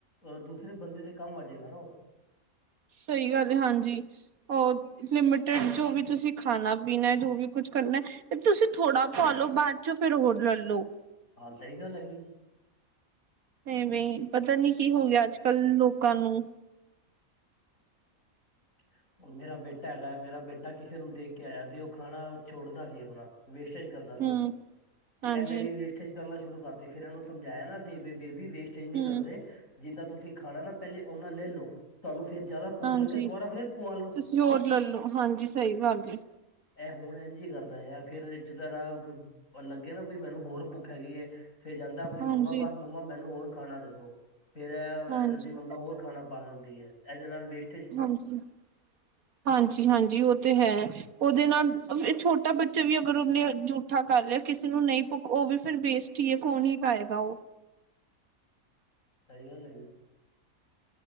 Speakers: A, on the left; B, on the right.
A: ਅ ਦੂਸਰੇ ਬੰਦੇ ਦੇ ਕੰਮ ਆ ਜੇਗਾ ਨਾ ਉਹ
B: ਸਹੀ ਗੱਲ ਹਾਂਜੀ ਹੋਰ ਲਿਮਿਟਿਡ ਜੋ ਵੀ ਤੁਸੀ ਖਾਣਾ ਪੀਣਾ ਜੋ ਵੀ ਕੁਛ ਕਰਨਾ ਤੁਸੀ ਥੋੜਾ ਪਾ ਲੋ ਬਾਅਦ ਚੋ ਫੇਰ ਹੋਰ ਲੈਲੋ
A: ਹਾਂ ਸਹੀ ਗੱਲ ਹੈਗੀ
B: ਘੈਵੀ <unintelligible> ਪਤਾ ਨੀ ਕੀ ਹੋ
A: ਹੁਣ
B: ਗਿਆ ਅੱਜ ਕੱਲ ਲੋਕਾਂ ਨੂੰ
A: ਅੱ <inaudible> ਉਹ ਮੇਰਾ ਬੇਟਾ ਹੈਗਾ ਮੇਰਾ ਬੇਟਾ ਕਿਸੇ ਨੂੰ ਦੇਖ ਕੇ ਆਇਆ ਸੀ ਉਹ ਖਾਣਾ ਛੋੜਦਾ ਸੀ ਆਪਣਾ ਵੇਸਟੇਜ ਕਰਦਾ ਸੀ
B: ਹੂੰ
A: ਤੇ
B: ਹਾਂਜੀ
A: ਐਨੇ ਵੀ ਵੇਸਟ ਟੇਜ ਕਰਨਾ ਸ਼ੁਰੂ ਕਰਤੀ ਫਿਰ ਇਹਨੂੰ ਸਮਝਾਇਆ ਨਾ ਅਸੀ ਬੇਬੀ ਵੇਸਟੇਜ ਨਹੀਂ
B: ਹੂੰ
A: ਕਰਦੇ ਜਿੰਨਾ ਤੁਸੀਂ ਖਾਣਾ ਨਾ ਪਹਿਲੇ ਓਨਾ ਲੈ ਲਓ ਤੁਹਾਨੂੰ ਫੇਰ ਜਾਦਾ ਭੁੱਖ
B: ਹਾਂਜੀ
A: ਲੱਗੇ ਦੁਬਾਰਾ ਫੇਰ ਪਵਾ ਲੋ
B: ਤੁਸੀਂ ਹੋਰ ਲੈਲੋ ਹਾਂਜੀ ਸਹੀ ਗੱਲ ਏ
A: ਐਹ ਹੁਣ ਇੰਝ ਹੀ ਕਰਦਾ ਆ ਫੇਰ ਜਿਦਾ ਦਾ ਲੱਗੇ ਨਾ ਬ ਮੈਨੂੰ ਹੋਰ ਭੁੱਖ ਹੈਗੀ ਐ ਫੇਰ ਜਾਂਦਾ ਆਪਣੀ
B: ਹਾਂਜੀ
A: ਮੰਮਾ ਪਾਸ ਮੰਮਾ ਮੈਨੂੰ ਹੋਰ ਖਾਣਾ ਦੇਦੋ ਫੇਰ ਐ
B: ਹਾਂਜੀ
A: ਏਦੀ ਮੰਮਾ ਹੋਰ ਖਾਣਾ ਪਾ ਦਿੰਦੀ ਐ ਐਦੇ ਨਾਲ ਵੇਸਟ
B: ਹਾਂਜੀ ਹਾਂਜੀ ਹਾਂਜੀ ਉਹ ਤੇ ਹੈ ਉਦੇ ਨਾਲ <unintelligible> ਛੋਟਾ ਬੱਚਾ ਵੀ ਅਗਰ ਉਹਨੇ ਜੂਠਾ ਕਰ ਲਿਆ ਕਿਸੇ ਨੂੰ ਨਹੀਂ ਭੁੱਕ ਉਹ ਵੀ ਫਿਰ ਵੇਸਟ ਟ ਈ ਏ ਕੌਣ ਹੀ ਖਾਏਗਾ ਉਹ
A: ਸਹੀ ਗੱਲ ਹੈ ਜੀ